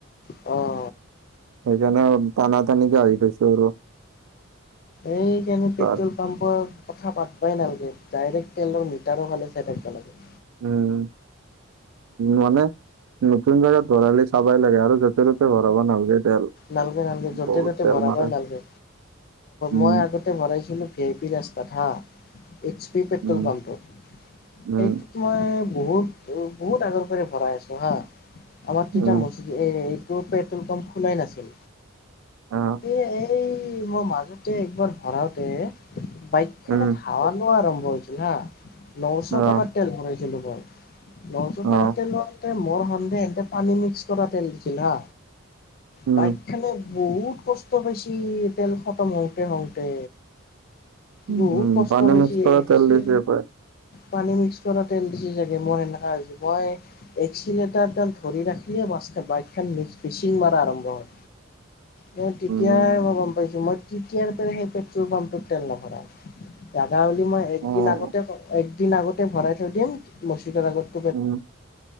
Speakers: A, on the left; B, on the right.
A: অহ
B: সেইকাৰনে তানা তানিকে আহি পাইছো আৰু
A: এইযে আমাৰ পেটতো
B: তাৰ
A: পাম্পৰ কথা পাতবই নালাগে ডাইৰেক্ট তেলৰ মিটাৰৰ ফালে চাই থাকিব লাগে
B: উম মানে নতুন জাগাত ভৰালে চাবাই লাগে আৰু য'তে ত'তে ভৰাব নালাগে তেল
A: নালকে নালকে য'তে
B: বহুত
A: ত'তে
B: তেল
A: ভৰা
B: মাৰে
A: বাই নালকে
B: উম
A: মই আগত তেল ভৰাইছিলো ভি আই পি ৰাস্তাত হা এইচ পি পেট্ৰল
B: উম
A: পাম্পত
B: উম
A: মই বহুত বহুত আগৰ পৰে ভৰাই আছো হা আমাৰ
B: উম
A: এইটো পেট্ৰল পাম্প খোলাই নাছিল
B: আহ
A: এই এই মই মাজতে একবাৰ ভৰাওঁতে বাইকখেনত
B: উম
A: হাৱা আৰম্ভ হৈছিল হা নশ
B: আহ
A: টকাৰ তেল ভৰাইছিলো মই নশ
B: আহ
A: টকা তেলৰ এতে মোৰ সেন্দেহ এতে পানী মিক্স কৰা তেল দিছিল হা
B: উম
A: বাইক খানে বহুত কষ্ট হৈছিল তেল খতম হওঁতে হওঁতে।
B: উম,
A: বহুত কষ্ট
B: পানী
A: পাইছে।
B: মিক্স কৰা তেল দিছে পায়।
A: পানী মিক্স কৰা তেল দিছে চাগে মই সেনেকা হৈছিল মই এক্সিলেতাৰ ডাল ধৰি ৰাখিলে বাইকখন চিং মাৰা আৰম্ভ হয়। ম তেতিয়াই
B: উম,
A: মই গম পাইছো মই তেতিয়াৰ পৰা সেই পেট্ৰল পাম্পটোত তেল নভৰাও। লাগা হলে মই একদিন
B: অ',
A: আগতে একদিন আগতে ভৰাই থৈ দিম মছিদৰ আগত
B: উম